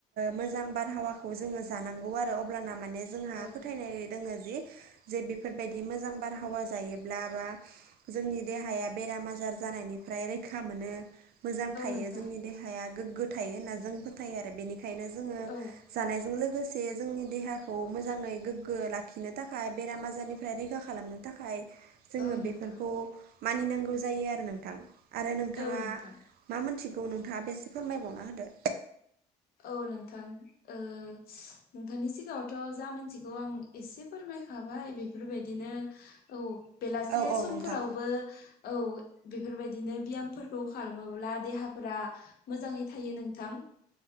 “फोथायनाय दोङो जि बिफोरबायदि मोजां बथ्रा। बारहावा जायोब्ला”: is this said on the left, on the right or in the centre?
Right